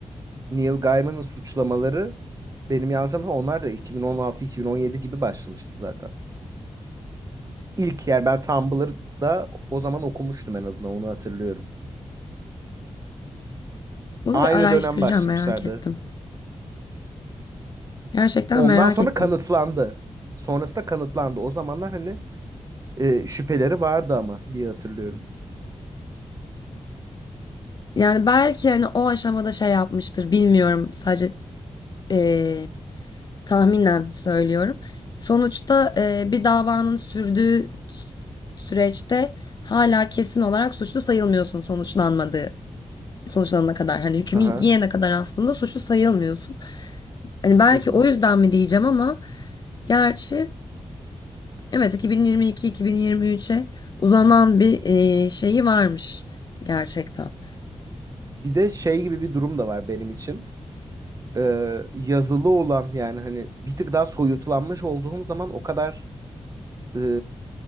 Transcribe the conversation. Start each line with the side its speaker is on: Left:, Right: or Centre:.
Right: Neil Gaiman'ın suçlamaları benim yanlış hatırlamıyorsam onlar da 2016-2017 gibi başlamıştı zaten. İlk yani ben Tumblr'da o zaman okumuştum en azından onu hatırlıyorum.
Left: Bunu
Right: Aynı
Left: bir araştıracağım
Right: dönem başlamışlardı.
Left: merak ettim. Gerçekten
Right: Ondan
Left: merak
Right: sonra
Left: ettim.
Right: kanıtlandı. Sonrası da kanıtlandı. O zamanlar hani e, şüpheleri vardı ama diye hatırlıyorum.
Left: Yani belki hani o aşamada şey yapmıştır bilmiyorum sadece eee, tahminen söylüyorum. Sonuçta eee, bir davanın sürdüğü sü- süreçte hala kesin olarak suçlu sayılmıyorsun sonuçlanmadığı sonuçlanana kadar. Hani hükmü
Right: Aha.
Left: giyene kadar aslında suçlu sayılmıyorsun. Hani belki
Right: Hı hı.
Left: o yüzden mi diyeceğim ama gerçi evet 2022-2023'e uzanan bir eee, şeyi varmış gerçekten.
Right: Bir de şey gibi bir durum da var benim için. Ee, yazılı olan yani hani bir tık daha soyutlanmış olduğum zaman o kadar e,